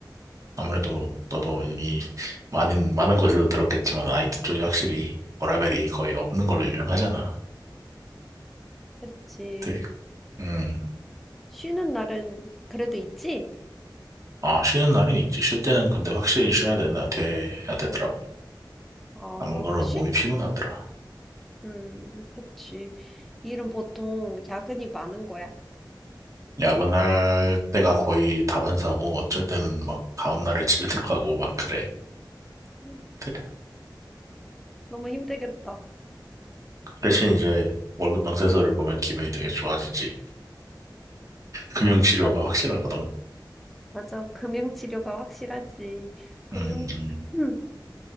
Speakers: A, on the right; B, in the centre.
A: 아무래도 너도 이미 많은, 많은 곳에서 들었겠지만 IT 쪽이 확실히 워라밸이 거의 없는 걸로 유명하잖아.
B: 그치.
A: 네. 음.
B: 쉬는 날은 그래도 있지?
A: 아, 쉬는 날은 있지. 쉴 때는 근데 확실히 쉬어야 되나, 돼야 되더라고.
B: 어,
A: 아무 거나
B: 쉬,
A: 몸이 피곤하더라.
B: 음, 그치. 일은 보통 야근이 많은 거야.
A: 야근할 때가 거의 다반사고 어쩔 때는 막 다음날에 집에 <laughs> 들어가고 막 그래.
B: 음,
A: 대-
B: 너무 힘들겠다.
A: 대신 이제 월급 명세서를 보면 기분이 되게 좋아지지. 금융치료가
B: 나도.
A: 확실하거든.
B: 맞아. 금융치료가 확실하지. 금융,
A: 음, 음.
B: <clears throat>